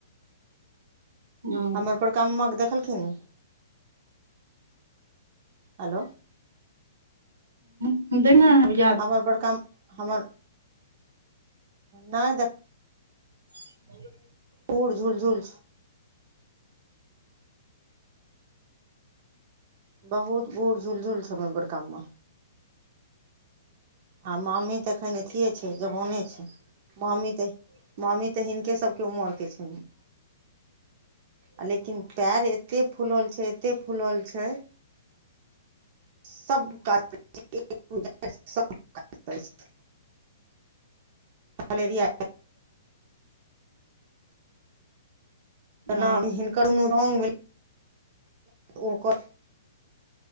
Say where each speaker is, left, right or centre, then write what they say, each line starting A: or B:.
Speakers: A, on the right; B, on the right.
A: हँ
B: हमरपर का ममक देखलखिन य हेलो
A: ह नहि <unintelligible>
B: हमर बड़ काम हमर नहि देख
A: ह <unintelligible>
B: पूर झुल झुल बहुत भुर झुल झुल समझ बड़ काम आ मामी तऽ एखन अथिए छै जबोने छै मामी तऽ मामी तऽ हिनके सबके उमर के छनि आ लेकिन पैर एते फूलल छै एते फूलल छै सब काज करै सब काज करै <unintelligible> मलेरिया तना
A: ओ
B: हिनकर नुरन ओकर